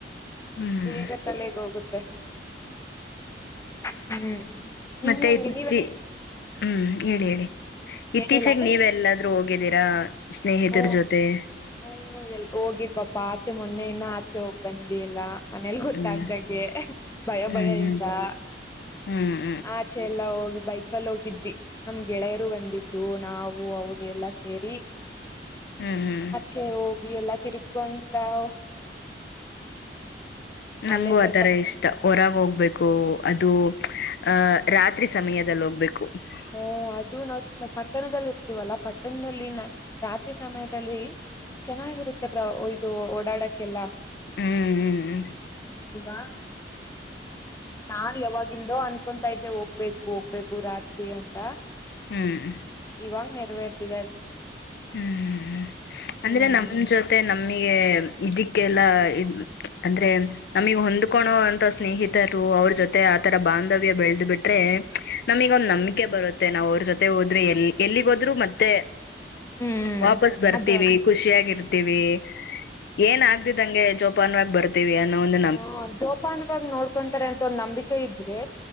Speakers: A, on the left; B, on the left.
A: ಹ್ಮ್
B: ಬೇಗ ತಲೆಗೆ ಹೋಗುತ್ತೆ ಹ್ಮ್ ನಿಮ್ಗೆ
A: ಮತ್ತೆ
B: ಹೆಂಗೆ
A: ಐತಿ
B: ನೀವೆಲ್ಲ
A: ಹ್ಮ್ ಹೇಳಿ ಹೇಳಿ ಇತ್ತೀಚೆಗೆ
B: ಏನಿಲ್ಲ ಅದೇ
A: ನೀವೆ
B: ನೀ
A: ಎಲ್ಲಾದ್ರೂ ಹೋಗಿದ್ದೀರಾ ಸ್ನೇಹಿತರ
B: ಹ್ಮ
A: ಜೊತೆ <unintelligible>
B: ಹ್ಮ್ ಎಲ್ ಹೋಗಿಪೆಪಾ ಆಚೆ ಮೊನ್ನೆ ಇನ್ನ ಆಚೆ ಹೋಗ್ ಬಂದ್ವಿ ಎಲ್ಲಾ <unintelligible> ಮನೇಲಿ ಗೊತ್ತಾಗ್ದಂಗೆ
A: ಹ್ಮ್
B: ಭಯ
A: ಹ್ಮ್
B: ಭಯ ಇಂದಾ <unintelligible>
A: ಹ್ಮ್ <unintelligible>
B: ಆಚೆ ಎಲ್ಲ ಹೋಗಿ ಬೈಕಲ್ಲಿ ಹೋಗಿದ್ವಿ <unintelligible> ನಮ್ ಗೆಳೆಯರು ಬಂದಿದ್ರು ನಾವು ಅವರು ಎಲ್ಲಾ ಸೇರಿ <unintelligible>
A: ಹ್ಮ್ ಹ್ಮ್ <unintelligible>
B: ಹೇ ಹೋಗಿ ಎಲ್ಲಾ ತಿರ್ಕೊಂತ <unintelligible>
A: ನಂಗು
B: ಅಲ್ಲೇ ಸ್ವಲ್ಪ
A: ಆಥರ ಇಷ್ಟ <unintelligible> ಹೊರಗೆ ಹೋಗ್ಬೇಕು ಅದು ಅಹ ರಾತ್ರಿ ಸಮಯದಲ್ಲಿ ಹೋಗ್ಬೇಕು <unintelligible>
B: ಹಓ ಅದು ನಾವು ಪಟ್ಟಣದಲ್ಲಿ ಇರ್ತೀವಲ್ಲ ಪಟ್ಟಣದಲ್ಲಿ ನ ರಾತ್ರಿ ಸಮಯದಲ್ಲಿ <unintelligible> ಚೆನ್ನಾಗಿರುತ್ತೆ ಪ್ಬ್ರೊ ಇದು ಓಡಾಡಕ್ಕೆಲ್ಲ <unintelligible>
A: ಹ್ಮ್ ಹ್ಮ್ <unintelligible>
B: ಅಲ್ವಾ <unintelligible> ನಾನ್ ಯಾವಾಗಿಂದೋ ಅನ್ಕೊತ ಇದ್ದೆ ಹೋಗ್ಬೇಕು ಹೋಗ್ಬೇಕು ರಾತ್ರಿ ಅಂತ <unintelligible>
A: ಹ್ಮ್
B: ಇವಾಗ ನೆರವೇರ್ತಿದೆ ಅದ್
A: ಹ್ಮ್ ಹ್ಮ್
B: ಹ್ಮ್
A: ಅಂದ್ರೆ ನಮ್ ನಮ್ ಜೊತೆ ನಮಗೆ ಇದಕ್ಕೆಲ್ಲ ಅಂದ್ರೆ ನಮಗ್ ಹೊಂದ್ಕೊಳ್ಳೋ ಅಂತ ಸ್ನೇಹಿತರು ಅವ್ರ ಜೊತೆ ಆತರ ಬಾಂಧವ್ಯ ಬೆಳೆದ ಬಿಟ್ಟ್ ನಮಗೆ ಒಂದ್ ನಂಬಿಕೆ ಬರುತ್ತೆ ನಾವ್ ಅವ್ರ ಜೊತೆ ಹೋದ್ರು ಎ ಎಲ್ಲಿಗೋದ್ರು ಮತ್ತೆ
B: ಹ್ಮ್
A: ವಾಪಸ್ ಬರ್ತಿವಿ
B: ಅದೇ
A: ಖುಷಿಯಾಗಿ ಇರ್ತೀವಿ ಏನ್ ಆಗ್ದಿದ್ದಂಗೆ ಜೋಪಾನುವಾಗ ಬರ್ತ್ ತೀವಿ ಅನೊ ಒಂದ್
B: ಹ್ ಜೋಪಾನ್ ವಾಗಿ ನೋಡ್ ಕಕೊಂತಾರೆ ಅಂತ ನಂಬಿಕೆ ಇದ್ರೆ